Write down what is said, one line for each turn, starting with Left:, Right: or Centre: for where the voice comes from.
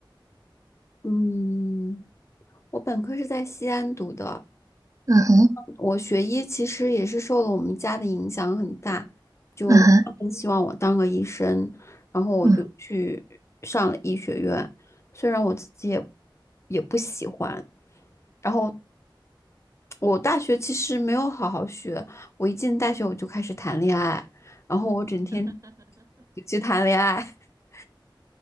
Left: 嗯，我本科是在西安读的。
Right: 嗯哼，
Left: 我学医其实也是受了我们家的影响很大，就他们希望我当个医生，
Right: 嗯哼，
Left: 然后我就去上了医学院。
Right: 嗯，
Left: 虽然我自己也也不喜欢，然后我大学其实没有好好学，我一进大学我就开始谈恋爱，然后我整天去谈恋爱。<laughs>